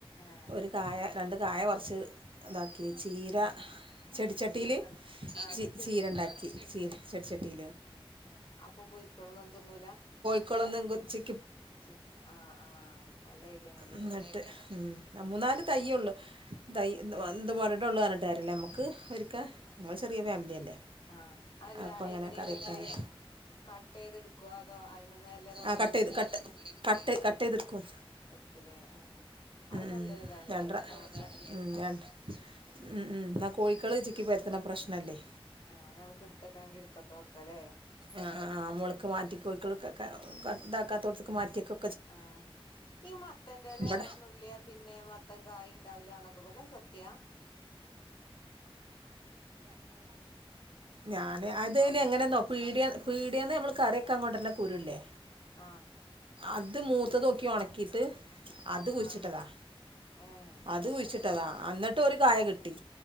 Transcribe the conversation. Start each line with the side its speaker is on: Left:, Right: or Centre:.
Left: ഏഹ്
Right: ഒരു കായ രണ്ട് കായ വറു ച്ച് ഇതാക്കി ചീര
Left: ഏഹ്
Right: ചെടിച്ചട്ടില്
Left: ചീരകണ് ആഹ്
Right: ചീര ഉണ്ടാക്കി ചീര ചെടിച്ചട്ടി
Left: അഹ് അപ്പൊ പോയിക്കോളും ഇത് ഒന്നും തിന്നൂല
Right: <unintelligible> കൊച്ചി
Left: ചേക്കുവ ആഹ് ആഹ് നല്ല ഐഡിയണല്ലേ
Right: എന്നിട്ട് ഉം മൂന്നാല് തൈയുള്ളു തൈ <unintelligible> <unintelligible> നമുക്ക്
Left: ആഹ്
Right: ഞങ്ങൾ ചെറിയ ഫാമിലിയല്ലേ
Left: ആഹ് അല്ല
Right: അപ്പം അങ്ങനെ
Left: എ എങ്ങനെ
Right: കറി
Left: ഇങ്ങോട്ട്
Right: വെക്കാന്
Left: കട്ട്ചെയ്ത എടുക്കുവ അതോ അയ്മിന്ന ഇല നുള്ളി
Right: ആ കട്ട്
Left: എടുക്കേ
Right: ചെയ്ത് കട്ട് കട്ട് കട്ട് ചെയ്എടുക്കും
Left: എടുക്കൂലേ ആഹ് അത് നല്ലൊരു
Right: ഉം
Left: ഇതാണല്ലേ
Right: രണ്ട് പ്രാ
Left: കവറിലാക്കിച്ചു
Right: ഉം രണ്ട് ഉം ഉം എന്നാ കോഴിക്കള് ചിക്കി പരത്തണ പ്രശ്നല്ലേ
Left: ആ നമുക്ക് എടുത്തക്കണെങ്കി എട് പുസ്ത്തക്കവൊക്കലെ
Right: ആഹ് മുളക്ക് മാറ്റി കോഴിക്കൾ ഒക്കെ ഇതാക്കാത്തോടത്തക്ക് മാറ്റിയൊക്കെ
Left: ആഹ് ഈ മത്തന്റെ ഇല
Right: ഞാൻ
Left: നുള്ളിയാ പിന്നെ മത്തൻ കായ ഉണ്ടാവൂല എന്നൊക്കെ പറഞ്ഞ സത്യാ
Right: ഞ
Left: ആഹ്
Right: അതിന്
Left: കായിനൊക്കെ
Right: എങ്ങനെന്നോ പീടിക പീ <unintelligible> നമ്മൾ കറിയക്കാ അങ്ങോണ്ടരുന്ന കുരുവില്ലേ
Left: ആഹ്
Right: അത് മൂത്തത് നോക്കി ഉണക്കിയിട്ട് അത് കുഴിച്ചിട്ടതാ
Left: ആഹ് ഏഹ്
Right: അത് കുഴിച്ചിട്ടതാ എന്നിട്ട് ഒരു കായകിട്ടി